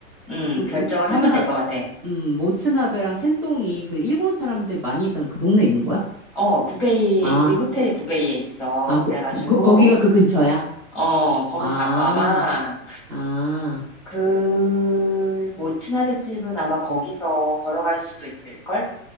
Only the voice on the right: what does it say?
그 모츠나
음 모츠나베랑 텐동이 그 일본 사람들 많이 있던 그 동네 있는 거야?
아,
아, 거,
거, 거기가 그 근처야?
아,
아,